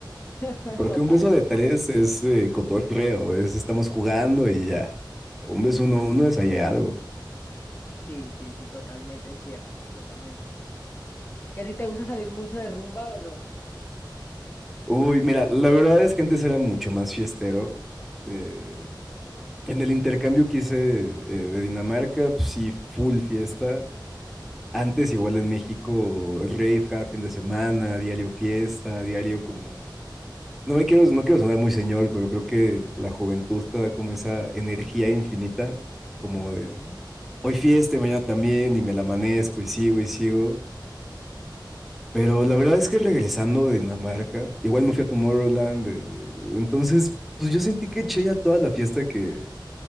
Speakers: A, on the left; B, in the centre.
A: <laughs>
B: Porque
A: Total.
B: un beso de tres es eh, cotorreo, es estamos jugando y ya. Un beso uno uno es ahí algo.
A: Sí, sí, sí, totalmente cierto, totalmente cierto. ¿Y a ti te gusta salir mucho de rumba o no?
B: Uy, mira, la verdad es que antes era mucho más fiestero. eh, En el intercambio que hice eh, de Dinamarca, pues sí, full fiesta. Antes igual en México, rave cada fin de semana, diario fiesta, diario como... No me quiero, no quiero sonar muy señor, pero creo que la juventud te da como esa energía infinita, como
A: Ujú,
B: de hoy fiesta, y mañana también, y me la amanezco, y sigo, y sigo. Pero
A: ten-
B: la verdad es que regresando de Dinamarca, igual me fui a Tomorrowland, eh, entonces, pues yo sentí que eché ya toda la fiesta que